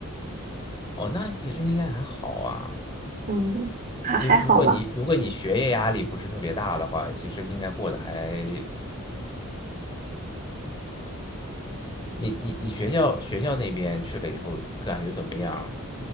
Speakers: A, on the left; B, on the right.
A: 哦，那其实应该还好啊。
B: 嗯，还还好吧。
A: 其实如果你如果你学业压力不是特别大的话，其实应该过得还你你你学校学校那边去了以后感觉怎么样？